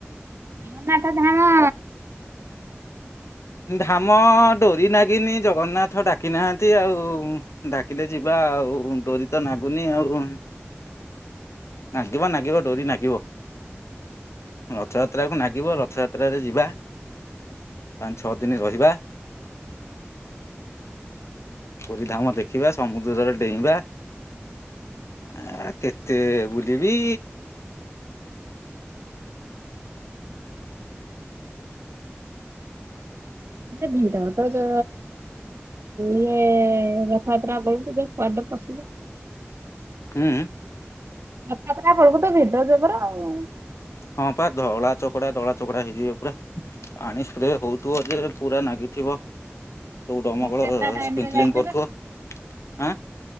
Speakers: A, on the right; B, on the left.
A: ଜଗନ୍ନାଥ ଧାମ।
B: ଧାମ ଡୋରି ନାଗିନି ଜଗନ୍ନାଥ ଡାକି ନାହାନ୍ତି ଆଉ। ଡାକିଲେ ଯିବା ଆଉ ଡୋରି ତ ନାଗୁନି ଆଉ। ନାଗିବା ନାଗିବ ଡୋରି ନାଗିବ। ରଥଯାତ୍ରାକୁ ନାଗିବ ରଥଯାତ୍ରାରେ ଯିବା? ପାଞ୍ଚ ଛଅ ଦିନ ରହିବା। ପୁରୀ ଧାମ ଦେଖିବା ସମୁଦ୍ରରେ ଡେଇଁବା। ଆ କେତେ ବୁଲିବି?
A: ନା ଧୀର ତ ଯୋ ଇଏ ରଥଯାତ୍ରା ବେଳକୁ ଯେ କୁଆଡେ଼ ପଶିବ?
B: ହୁଁ।
A: ରଥଯାତ୍ରା ବେଳକୁ ତ ଭିିଡ ଜବର ଆଉ
B: ହଁ ପା ଧଳା ଚକଡା ଧଳା ଚକଡା ହେଇଯିବେ ପୁରା ଆଣି ସ୍ପ୍ରେ ହଉଥିବ ଯେ ପୁରା ନାଗିଥିବ ସବୁ ଦମକଳ
A: ରଥଯାତ୍ରା ଟାଇମ୍
B: ସ୍ପ୍ରିଙ୍କଲିଙ୍ଗ
A: ରେ ଯାଇଛ
B: କରୁଥିବ ଆଁ